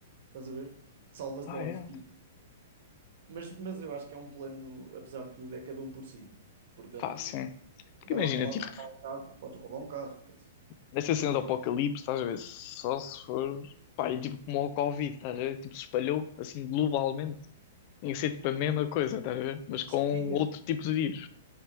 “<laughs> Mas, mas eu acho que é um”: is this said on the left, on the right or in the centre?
Right